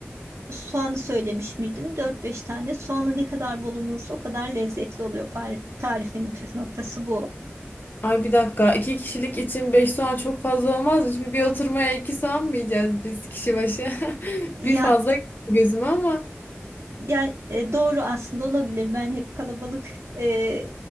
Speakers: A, on the right; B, on the left.
A: soğanı söylemiş miydim? Dört beş tane. Soğanı ne kadar bol olursa o kadar lezzetli oluyor. Par- tarifin püf noktası bu.
B: Ay bir dakika. İki kişilik için beş soğan çok fazla olmaz mı? Şimdi bir oturmaya iki soğan mı yiyeceğiz biz kişi başı? <laughs>
A: Ya
B: Bir fazla geldi gözüme ama.
A: Yani e, doğru aslında olabilir. Ben hep kalabalık e,